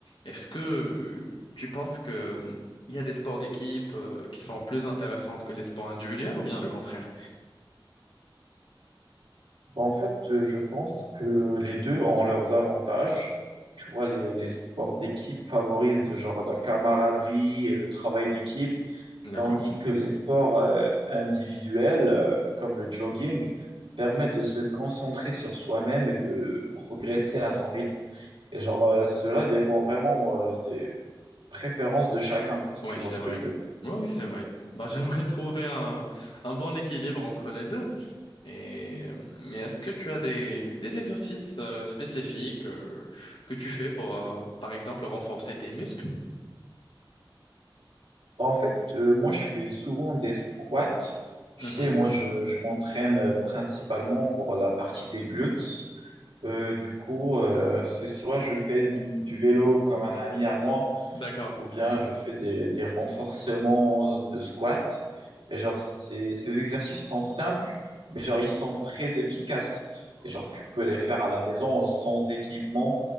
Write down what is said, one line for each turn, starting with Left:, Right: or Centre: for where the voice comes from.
Left: Est-ce que euh, tu penses que euh, il y a des sports d'équipe euh, qui sont plus intéressants que les sports individuels ou bien le contraire?
Right: Bah, en fait, euh, je pense que les deux ont leurs avantages. Tu vois, les, les sports d'équipe favorisent genre la camaraderie et le travail d'équipe,
Left: D'accord.
Right: tandis que les sports euh, individuels, euh, comme le jogging, permettent de se concentrer sur soi-même et de progresser à son rythme. Et genre, euh, cela dépend vraiment euh, des préférences de chacun, si
Left: Oui,
Right: tu vois
Left: c'est
Right: ce
Left: vrai.
Right: que je veux dire.
Left: Oui, oui, c'est vrai. Bah, <laughs> j'aimerais trouver un, un bon équilibre entre les deux. Et, euh, mais est-ce que tu as des, des exercices euh, spécifiques euh, que tu fais pour, euh, par exemple, renforcer tes muscles?
Right: En fait, euh, moi, je fais souvent des squats. Tu
Left: Mhm.
Right: sais, moi, je, je m'entraîne euh, principalement pour la partie des glutes. Euh, du coup, euh, c'est soit je fais du, du vélo comme un ami à moi,
Left: D'accord.
Right: ou bien je fais des, des renforcements de squat. Et genre, ces, ces exercices sont simples, mais genre, ils sont très efficaces. Et genre, tu peux les faire à la maison sans équipement